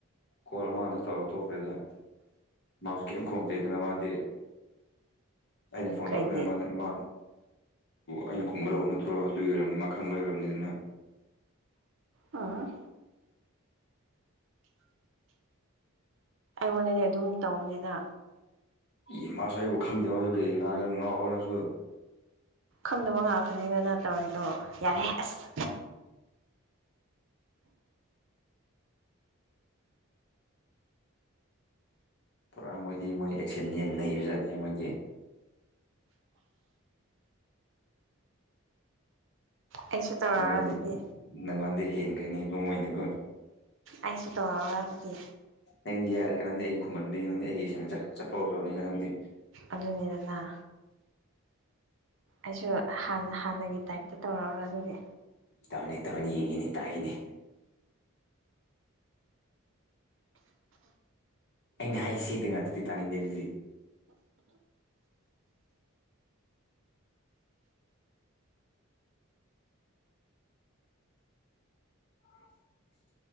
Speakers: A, on the left; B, on the right.
A: ꯀꯣꯜ ꯑꯃ ꯑꯗ ꯇꯧꯔꯣ ꯇꯣꯛꯈ꯭ꯔꯗꯤ ꯃꯥꯁꯨ ꯀꯔꯤꯝ ꯈꯣꯡꯇꯦꯗꯅ ꯃꯥꯗꯤ ꯑꯩꯅ ꯐꯣꯟ
B: ꯀꯩꯒꯤ
A: ꯇꯧꯔꯛꯄꯅꯤꯅ ꯃꯥꯁ ꯃꯥ ꯑꯩꯅ ꯈꯨꯝꯒꯗꯧꯕ ꯅꯠꯇ꯭ꯔꯣ ꯑꯗꯨ ꯑꯣꯏꯔꯝꯅꯤ ꯃꯥ ꯈꯪꯕ ꯑꯣꯏꯔꯝꯅꯤꯗꯅ
B: ꯎꯝ ꯉꯣꯟꯅꯗꯤ ꯑꯗꯨꯝ ꯇꯧꯕꯅꯤꯅ
A: ꯏꯃꯁꯨ ꯑꯩꯕꯨ ꯈꯪꯗꯦ ꯃꯥꯁꯨ ꯀꯩ ꯉꯥꯡ ꯉꯥꯎꯕꯅꯁꯨ
B: ꯈꯪꯗꯕ ꯉꯥꯛꯇꯅꯤꯗꯅ ꯇꯧꯔꯤꯗꯣ ꯌꯥꯔꯦ ꯑꯁ
A: ꯄꯨꯔꯥ ꯃꯣꯏꯗꯤ ꯃꯣꯏ ꯑꯦꯛꯁꯟ ꯌꯦꯟ ꯅꯩꯕꯖꯥꯠꯅꯤ ꯃꯣꯏꯗꯤ
B: ꯑꯩꯁꯨ ꯇꯧꯔꯛꯑꯣꯔ
A: ꯅꯪꯉꯣꯟꯗꯤ
B: ꯑꯗꯨꯗꯤ
A: ꯅꯪꯉꯣꯟꯗ ꯍꯦꯟꯈꯅꯤꯕꯣꯣꯏꯅꯤꯀꯣ
B: ꯑꯩꯁꯨ ꯇꯧ ꯑꯗꯨꯗꯤ
A: ꯅꯪꯗꯤ ꯌꯥꯔꯦ ꯀꯅꯥꯪꯗꯤ ꯑꯩ ꯈꯨꯝꯃꯟꯕꯒꯤ ꯅꯪꯗꯤ ꯑꯩꯦꯅ ꯆꯠꯄ ꯍꯧꯈ꯭ꯔꯕꯅꯤ ꯀ ꯅꯪꯗꯤ
B: ꯑꯗꯨꯅꯤꯗꯅ ꯑꯩꯁꯨ ꯍꯥꯟꯅ ꯍꯥꯟꯅꯒꯤ ꯇꯥꯏꯞꯇ ꯇꯧꯔꯛꯎꯔꯣ ꯑꯗꯨꯗꯤ
A: ꯇꯧꯅꯦꯦ ꯇꯧꯅꯤ ꯌꯦꯒꯅꯦ ꯇꯥꯏꯅꯦ ꯑꯩꯅ ꯍꯥꯏꯁꯤꯗꯤ ꯉꯥꯛꯇꯗꯤ ꯇꯥꯅꯤꯡꯗꯔꯤꯁꯦ ꯑ